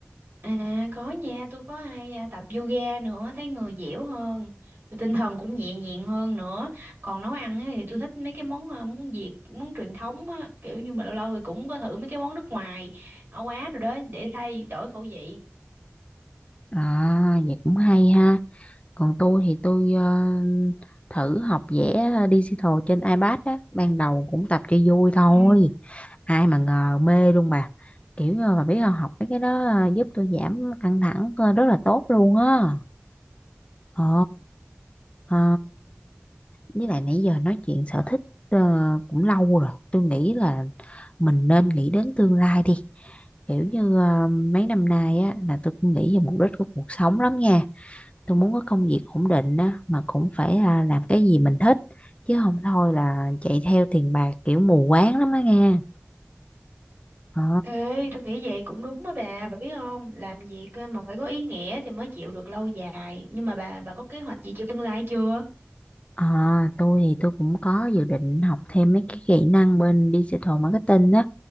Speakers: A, on the right (about 50°); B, on the left (about 30°).
A: À có nha, tôi có hay à, tập yoga nữa, thấy người dẻo hơn, rồi tinh thần cũng nhẹ nhàng hơn nữa. Còn nấu ăn á, thì tôi thích mấy cái món à, món Việt, món truyền thống á, kiểu như mà lâu lâu thì cũng có thử mấy cái món nước ngoài, ở Á rồi đó để thay đổi khẩu vị.
B: À, vậy cũng hay ha. còn tôi thì tôi ờ, thử học vẽ ờ, digital trên iPad á ban đầu cũng tập cho vui thôi
A: Ừ.
B: ai mà ngờ mê luôn bà kiểu như bà biết không học mấy cái đó ờ, giúp tôi giảm căng thẳng ờ, rất là tốt luôn á ờ ờ, với lại nãy giờ nói chuyện sở thích ờ, cũng lâu rồi tôi nghĩ là mình nên nghĩ đến tương lai đi kiểu như ờ, mấy năm nay á là tôi cũng nghĩ về mục đích của cuộc sống lắm nha tôi muốn có công việc ổn định á mà cũng phải à, làm cái gì mình thích chứ không thôi là chạy theo tiền bạc kiểu mù quáng lắm á nghe ờ
A: Ê, tôi nghĩ vậy cũng đúng á bà, bà biết không? Làm việc ờ, mà phải có ý nghĩa thì mới chịu được lâu dài. Nhưng mà bà bà có kế hoạch gì cho tương lai chưa?
B: ờ, tôi thì tôi cũng có dự định học thêm mấy cái kỹ năng bên digital marketing á